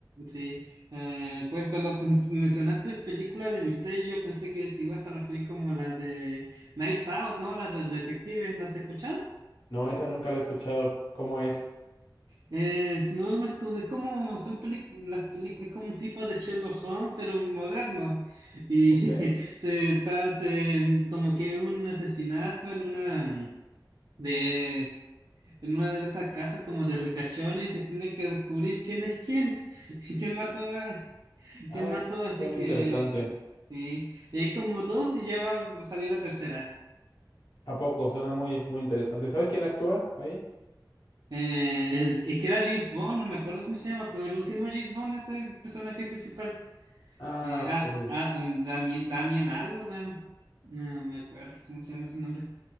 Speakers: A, on the right; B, on the left.
A: Sí, eh, pues cuando pens- mencionaste película de misterio, yo pensé que te ibas a referir como la de Knives Out, ¿no? La del detective, ¿las has escuchado?
B: No, esa nunca la he escuchado. ¿Cómo es?
A: Es, no, es como, es como son películas, las películas, es como un tipo de Sherlock Holmes, pero moderno. Y
B: Ok.
A: <laughs> se está se- como que un asesinato en una mm, de en una de esas casas como de ricachones y tiene que descubrir quién es quién, <laughs> quién mató a,
B: Ah,
A: quién mató,
B: es,
A: así
B: suena
A: que
B: interesante.
A: sí. Y hay como dos y ya va a salir la tercera.
B: ¿A poco? Suena muy, muy interesante. ¿Sabes quién actúa ahí?
A: Eh, el que que era James Bond, no me acuerdo cómo se llama, pero el último James Bond es el personaje principal.
B: Ah,
A: Eh, ah,
B: ok.
A: ah, em, Damien, Damien algo, Dam, no me acuerdo cómo se llama ese nombre.